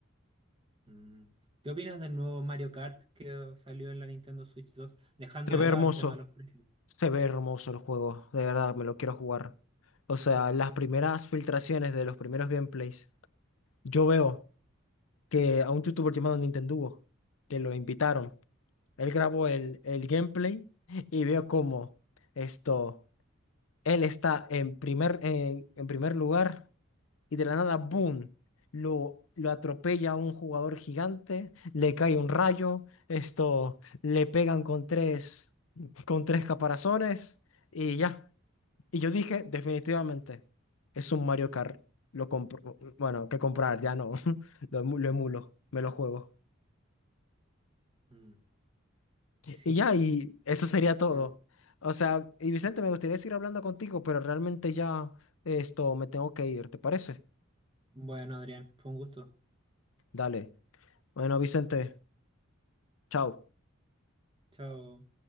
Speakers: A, on the right; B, on the left.
A: Mm. ¿Qué opinas del nuevo Mario Kart que salió en la Nintendo Switch 2, dejando
B: Te
A: de
B: ve hermoso.
A: lado el tema de los precios?
B: Se ve hermoso el juego, de verdad, me lo quiero jugar. O sea, las primeras filtraciones de los primeros gameplays, yo veo que a un youtuber llamado Nintendugo, que lo invitaron, él grabó el, el gameplay y veo cómo esto, él está en primer, en, en primer lugar y de la nada, boom, lo, lo atropella a un jugador gigante, le cae un rayo, esto, le pegan con tres, con tres caparazones y ya. Y yo dije, definitivamente, es un Mario Kart. Lo compro, bueno, que comprar, ya no. <laughs> Lo, emu- lo emulo, me lo juego.
A: Mm, Sí.
B: Y ya, y eso sería todo.
A: Eh,
B: O sea, y Vicente, me gustaría seguir hablando contigo, pero realmente ya esto me tengo que ir, ¿te parece?
A: Bueno, Adrián, fue un gusto.
B: Dale. Bueno, Vicente, chao.
A: Chao.